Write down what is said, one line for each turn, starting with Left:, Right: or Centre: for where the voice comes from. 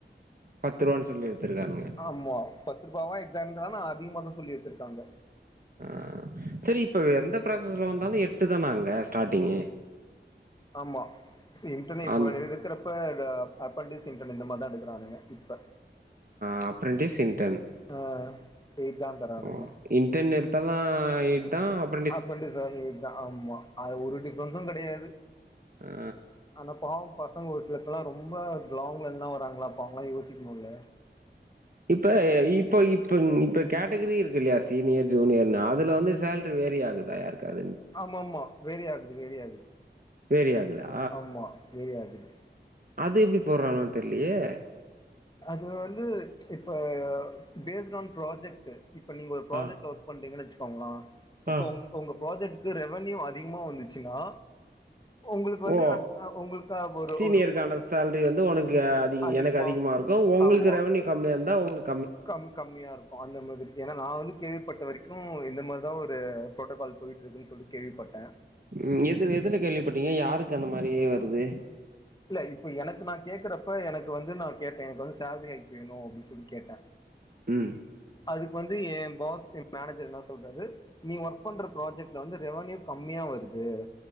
Right: பத்து ரூவான்னு சொல்லி எடுத்திருக்கானுங்க
Left: ஆமா பத்து ரூபாவா எக்ஸா இருந்தான அதிகமாதா சொல்லி எட்த்துருக்காங்க
Right: ஆ செரி இப்ப எந்த ப்ராசஸ்ல வந்தாலு எட்டு தானா அங்க ஸ்டார்டிங்கு
Left: ஆமா சி இன்டர்னே இப்ப
Right: அந்
Left: எ எடுக்குறப் இப்ப அப்ரண்டீஸ் இன்டன் இந்த மாதிரி தா எடுக்குறானுங்க இப்ப
Right: இ அப்ரண்டீஸ் இன்டர்ன்
Left: ஆ எய்ட்தான் தரானுங்க
Right: ஓ இன்டர்ன் எடுத்தாலு எய்ட்தா அப்
Left: அப்ரன்டிசா இருந்தாலு இதுதா ஆமா அது ஒரு டிஃப்ரென்ஸு கெடையாது
Right: ஆ
Left: ஆனா பாவோ பசங்க ஒரு சில இப்பெல்லா ரொம்ப லாங்ல இருந்துலா வராங்களா அப்ப அவுங்களா யோசிக்கணுல்ல
Right: இப்ப இப்போ இப்ப இப்ப கேட்டகிரி இருக்கு இல்லையா சீனியர் ஜூனியர்னு அதுல வந்து சேல்ரி வேரி ஆகுது தயா இருக்காரு
Left: ஆமாம்மா வேரி ஆகுது வேரி ஆகுது
Right: வேறியாகுதா
Left: ஆமா வேரியாகுது
Right: அது எப்டி போட்றாலோன் தெர்லியே
Left: அது வந்து இப்ப பேஸ்டு ஆன் ப்ராஜெக்ட்டு இப்ப நீங்க ஒரு ப்ராஜெக்ட்ல
Right: ஆ
Left: ஒர்க் க் பண்றீங்கன்னு வச்சுக்கோங்ளா இப்ப
Right: ஆ
Left: உ உங்க ப்ராஜெக்ட்க்கு ரெவன்யூ அதிகமா வந்துச்சுன்னா உங்களுக்கு வந்து
Right: ஓ
Left: அது ஆ உங்களுக்கா அ ஒரு
Right: சீனியருக்கான
Left: ஒரு
Right: சேல்ரி வந்து உனக்கு அதிக
Left: அதிகமா
Right: எனக்கு அதிகமாக இருக்கு உங்குளுக்கு
Left: ஆமா
Right: ரெவன்யூ கம்மியா இருந்தா உங்குளுக்கு
Left: கம் கம்மியாருக் அந்த மாதிரி ஏனா நா வந்து கேள்விப்பட்ட வரைக்கு இந்த மாரி தா ஒரு ப்ரோட்டோக்கால் போயிட்டு இருக்குன் சொல்லி கேள்விப்பட்டே
Right: ம் எது எதுல கேள்விப்பட்டீங்க யாருக்கு அந்த மாரி வருது
Left: இல்ல இப்ப எனக்கு நா கேக்குறப்ப எனக்கு வந்து நா கேட்டே எனக்கு வந்து சேல்ரி ஹைக் வேணு அப்டின் சொல்லி கேட்டே
Right: ம்
Left: அதுக்கு வந்து ஏ பாஸ் ஏ மேனேஜர் என்ன சொல்றாரு நீ ஒர்க் பண்ற ப்ராஜெக்ட்ல வந்து ரெவன்யூ கம்மியா வருது